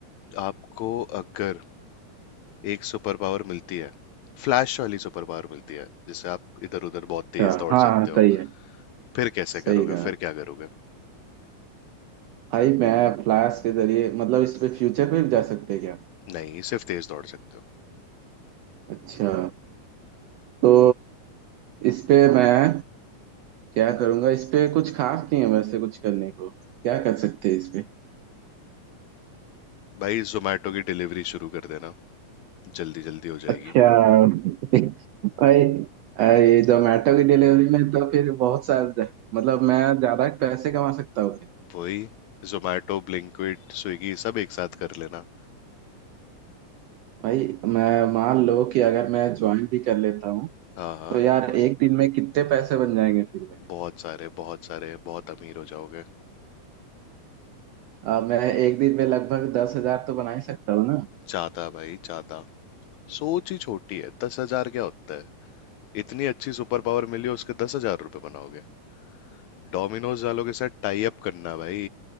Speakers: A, on the left; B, on the right.
A: आपको अगर एक सुपर पावर मिलती है फ्लैश वाली सुपर पावर मिलती है जिससे आप इधर उधर बहुत तेज
B: क्या
A: दौड़
B: हाँ
A: सकते
B: हाँ
A: हो
B: सही है
A: फिर कैसे
B: सही
A: करोगे
B: कहा
A: फिर क्या करोगे
B: भाई मैं फ्लैश के जरिए मतलब इस पे फ्यूचर में भी जा सकते हैं क्या
A: नहीं सिर्फ तेज दौड़ सकते
B: अच्छा तो इस पे मैं क्या करूंगा इस पे कुछ खास नहीं है वैसे कुछ करने को क्या कर सकते हैं इस पे
A: हो भाई जोमेटो की डिलीवरी शुरू कर देना जल्दी जल्दी हो जाएगी
B: अच्छा <laughs> भाई अ, ये जोमेटो की डिलीवरी में तो फिर बहुत सारे मतलब मैं ज्यादा पैसे कमा सकता हूँ
A: वही जोमेटो ब्लिंकिट स्विगी सब एक साथ कर लेना
B: भाई मैं मान लो कि अगर मैं ज्वाइन भी कर लेता हूँ
A: हाँ हाँ
B: तो यार एक दिन में कितने पैसे बन जाएंगे फिर मेरे
A: बहुत सारे बहुत सारे बहुत अमीर हो जाओगे
B: आ, मैं एक दिन में लगभग दस हजार तो बना ही सकता हूँ ना
A: ज्यादा भाई ज्यादा सोच ही छोटी है दस हजार क्या होता है इतनी अच्छी सुपर पावर मिली उसके दस हजार रुपये बनाओगे डोमिनोज वालों के साथ टाई अप करना भाई